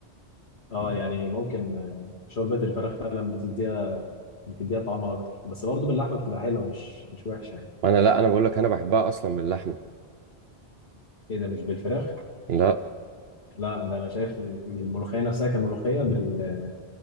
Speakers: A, on the left (about 70°); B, on the right (about 65°).
A: اه يعني ممكن آه، شوربه الفراخ فعلا بتديها بتديها طعمها اكتر بس برضه باللحمه بتبقى حلوه مش مش وحشه يعني
B: وانا لا انا بقول لك انا بحبها اصلا باللحم
A: ايه ده مش بالفراخ
B: لا
A: لا ده انا شايف الملوخيه نفسها كملوخيه بال...